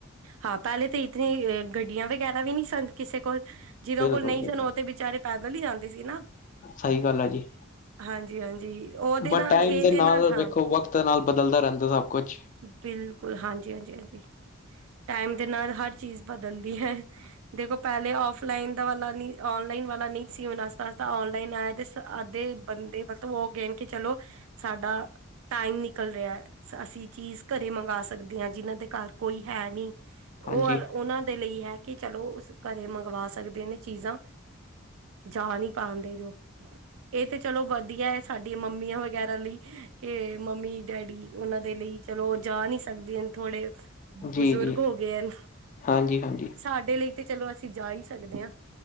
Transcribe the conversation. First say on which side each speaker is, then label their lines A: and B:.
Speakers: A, on the right; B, on the left.
A: ਹਾਂ ਪਹਿਲੇ ਤਾਂ ਇਤੇ ਗੱਡੀਆਂ ਵਗੈਰਾ ਵੀ ਨਹੀਂ ਸਨ ਕਿਸੇ ਕੋਲ ਜਿਹਨਾਂ
B: ਬਿਲਕੁਲ
A: ਕੋਲ ਨਹੀਂ
B: ਬਿਲਕੁਲ
A: ਸਨ ਉਹ ਤੇ ਵਿਚਾਰੇ ਪੈਦਲ ਹੀ ਜਾਂਦੇ ਸੀ ਨਾ
B: ਸਹੀ ਗੱਲ ਆ ਜੀ,
A: ਹਾਂਜੀ ਹਾਂਜੀ ਉਹਦੇ
B: ਬੱਟ
A: ਨਾਲ
B: ਟਾਈਮ
A: ਇਹਦੇ
B: ਦੇ ਨਾਲ
A: ਹਾਂ
B: ਵੇਖੋ ਵਕਤ ਨਾਲ ਬਦਲਦਾ ਰਹਿੰਦਾ ਸਭ ਕੁਛ,
A: ਬਿਲਕੁਲ ਹਾਂਜੀ-ਹਾਂਜੀ-ਹਾਂਜੀ, ਟਾਈਮ ਦੇ ਨਾਲ ਹਰ ਚੀਜ਼ ਬਦਲਦੀ ਹੈ ਦੇਖੋ ਪਹਿਲੇ ਆਫਲਾਈਨ ਦਾ ਵਾਲਾ ਆਨਲਾਈਨ ਵਾਲਾ ਨਹੀਂ ਸੀ ਉਹਨਾਂ ਨਾਲ ਤਾਂ ਆਨਲਾਈਨ ਆਇਆ ਦੇ ਬੰਦੇ ਮਤਲਬ ਉਹ ਗੇਮ ਕਿ ਚਲੋ ਸਾਡਾ ਟਾਈਮ ਨਿਕਲ ਰਿਹਾ ਅਸੀਂ ਚੀਜ਼ ਘਰੇ ਮੰਗਵਾ ਸਕਦੇ ਹਾਂ ਜਿਹਨਾਂ ਦੇ ਘਰ, ਕੋਈ ਹੈ ਨਹੀਂ ਤੇ ਉਹ
B: ਹਾਂਜੀ
A: ਉਹਨਾਂ ਦੇ ਲਈ ਹੈ ਕਿ ਚਲੋ ਉਸ ਘਰੇ ਮੰਗਵਾ ਸਕਦੇ ਨੇ ਚੀਜ਼ਾਂ ਜਾ ਨੀ ਪਾਂਦੇ ਜੋ ਇਹ ਤੇ ਚਲੋ ਵਧੀਆ ਹੈ ਸਾਡੀਆਂ ਮੰਮੀਆਂ ਵਗੈਰਾ ਲਈ ਮੰਮੀ ਡੈਡੀ ਉਹਨਾਂ ਦੇ ਲਈ ਚਲੋ ਜਾ ਨਹੀਂ ਸਕਦੇ ਥੋੜੇ
B: ਜੀ
A: ਬਜ਼ੁਰਗ
B: ਜੀ
A: ਹੋ ਗਏ ਹਨ
B: ਹਾਂਜੀ ਹਾਂਜੀ
A: ਸਾਡੇ ਲਈ ਤੇ ਚਲੋ ਅਸੀਂ ਜਾ ਹੀ ਸਕਦੇ ਹਾਂ।